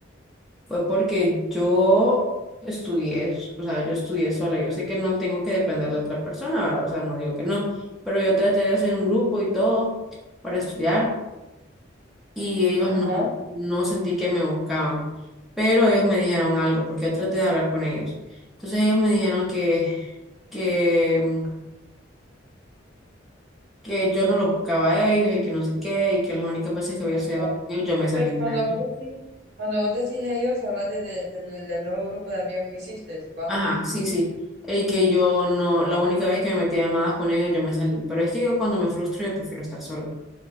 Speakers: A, in the centre; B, on the right.
A: fue porque yo estudié, o sea, yo estudié sola. Yo sé que no tengo que depender de otra persona, ¿verdad? O sea, no digo que no, pero yo traté de hacer un grupo y todo para estudiar y ellos
B: ajá,
A: no, no sentí que me buscaban, pero ellos me dijeron algo, porque yo traté de hablar con ellos. Entonces ellos me dijeron que, que, mm, que yo no los buscaba a ellos y que no sé qué, y que las únicas veces que había estudiado
B: ajá.
A: con ellos yo me salí
B: Pero
A: de
B: cuando
A: la llamada.
B: vos decís, cuando vos decís ellos, hablas de, de- del del nuevo grupo de amigos que hiciste, ¿va?
A: Ajá, sí, sí. Y que yo no, la única vez que me metí a llamadas con ellos yo me salí. Pero es que yo cuando me frustro yo prefiero estar sola.